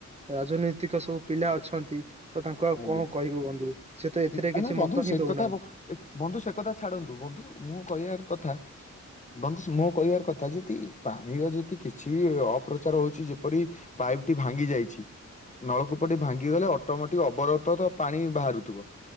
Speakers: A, on the right; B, on the left.
A: ରାଜନୈତିକ ସବୁ ପିଲା ଅଛନ୍ତି। ତ ତାଙ୍କୁ ଆଉ
B: ଆଜ୍ଞା
A: କଣ କହିବୁ ବନ୍ଧୁ ସେ ତ ଏଥିରେ
B: ନା
A: କିଛି
B: ନା ବନ୍ଧୁ
A: ମତ ହିଁ
B: ସେ
A: ଦଉନାହାନ୍ତି।
B: କଥା ବ ବନ୍ଧୁ ସେ କଥା ଛାଡନ୍ତୁ। ବନ୍ଧୁ ମୁଁ କହିବାର କଥା ବନ୍ଧୁ ମୁଁ କହିବାର କଥା ଯଦି ପାଣିର ଯଦି କିଛି ବି ଅପ୍ରଚାର ହଉଚି ଯେପରି ପାଇପ୍ ଟି ଭାଙ୍ଗି ଯାଇଛି। ନଳକୂପ ଟି ଭାଙ୍ଗିଗଲେ ଅଟୋମେ ଟିକ ଅବରତ ତ ପାଣି ବାହାରୁଥୁବ।